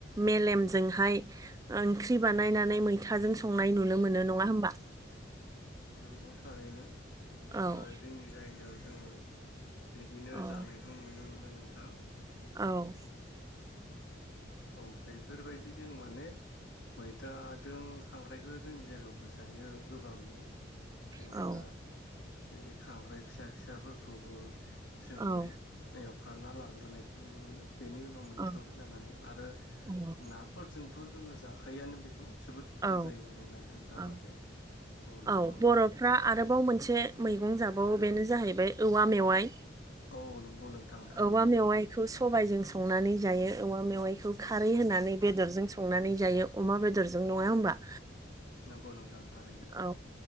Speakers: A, on the right (about 20°); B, on the left (about 75°).
A: मेलेमजोंहाय ओंख्रि बानायनानै मैथाजों संनाय नुनो मोनो नङा होमबा।
B: नंगौ थारैनो ओ
A: औ
B: जोंनि जायगायाव जोङो बिदिनो
A: औ
B: जानायखौ नुनो मोनो नोंथां।
A: औ।
B: औ बेफोरबायदि जों माने मैथाजों खांख्रायखौ जोंनि जायगायावबो जायो। गोबाङैनो जेनेबा
A: औ
B: बे खांख्राय फिसा फिसाफोरखौबो। जोङो
A: औ
B: एवफ्रा ना लाग्रोनायखौ नुनो मोनो बेनि उनाव मैथायाव
A: औ
B: होलानानै। आरो
A: औ
B: नाफोरजोंथ' जोङो जाखायोआनो बेखौ जोबोद गोथाव
A: औ
B: जायो माने नाजों जाबाथाय।
A: औ
B: नंगौ
A: औ बर'फ्रा
B: नों
A: आरोबाव मोनसे मैगं जाबावो बेनो जाहैबाय औवा मेवाइ।
B: औ नंगौ नोंथां थारैनो
A: औवा मेवाइखौ सबाइजों संनानै जायो औवा मेवाइखौ खारै होनानै बेदरजों संनानै जायो अमा बेदरजों। नङा होमबा।
B: नंगौ नोंथां थारैनो
A: औ